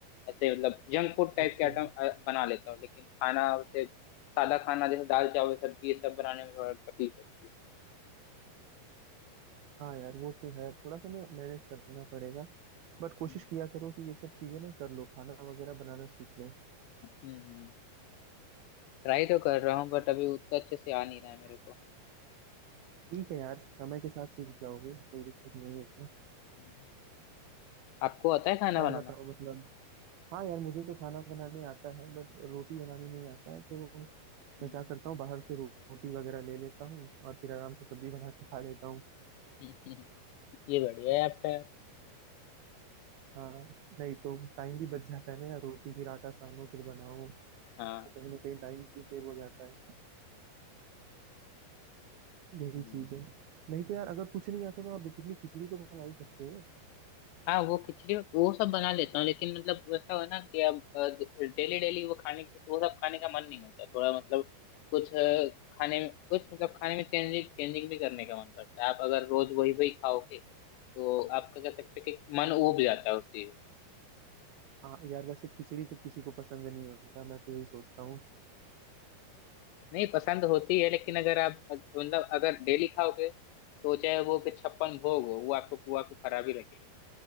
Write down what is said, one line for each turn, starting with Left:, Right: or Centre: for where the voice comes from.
Left: ऐसे मतलब जंक फूड टाइप
Right: अच्छा
Left: के आइटम अ, बना लेता हूँ लेकिन खाना उसे सादा खाना जैसे दाल चावल सब्जी ये सब बनाने में थोड़ा तकलीफ होती है
Right: हाँ यार वो तो है थोड़ा सा ना मैनेज करना पड़ेगा बट कोशिश
Left: हम्म।
Right: किया करो कि ये सब चीजें ना कर लो खाना वगैरह बनाना सीख लो
Left: हम्म ट्राई तो कर रहा हूँ बट अभी उतना अच्छे से आ नहीं रहा है मेरे को
Right: ठीक है यार समय के साथ सीख जाओगे कोई दिक्कत नहीं है
Left: हम्म, आपको आता है खाना
Right: और
Left: बनाना
Right: बताओ मतलब हाँ यार मुझे तो खाना बनाने आता है बट रोटी बनाने नहीं आता है तो
Left: हम्म,
Right: मैं क्या करता हूँ बाहर से रो- रोटी वगैरह ले लेता हूँ और फिर आराम से सब्जी बना के खा लेता हूँ
Left: हम्म, <laughs> ये बढ़िया है आपका यार
Right: हाँ नहीं तो टाइम भी बच जाता है ना यार रोटी फिर आटा सानो फिर बनाओ
Left: हाँ
Right: तो कहीं ना कहीं टाइम भी सेव हो जाता है यही
Left: हम्म,
Right: चीज है नहीं तो यार अगर कुछ नहीं आता तो आप बेसिकली खिचड़ी तो बना ही सकते हो
Left: हाँ वो खिचड़ी वो सब बना लेता हूँ लेकिन मतलब वैसा हो ना कि अब डेली डेली वो खाने वो सब खाने का मन नहीं होता थोड़ा मतलब कुछ अ, खाने में कुछ मतलब खाने में चेंजिंग चेंजिंग भी करने का मन करता है आप अगर रोज वही वही खाओगे तो आपका कह सकते हो कि मन उब जाता है उस चीज
Right: हाँ यार वैसे खिचड़ी तो किसी को पसंद नहीं होता मैं तो यही सोचता हूँ
Left: नहीं पसंद होती है लेकिन अगर आप अग- मतलब अगर डेली खाओगे तो चाहे वो कि छप्पन भोग हो वो आपको वो आपको खराब ही लगेगा